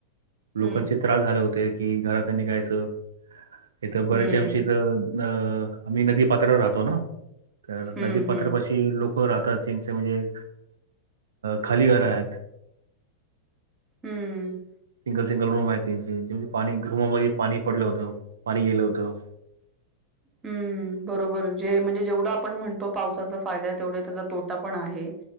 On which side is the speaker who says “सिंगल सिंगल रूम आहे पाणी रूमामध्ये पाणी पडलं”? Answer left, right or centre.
Right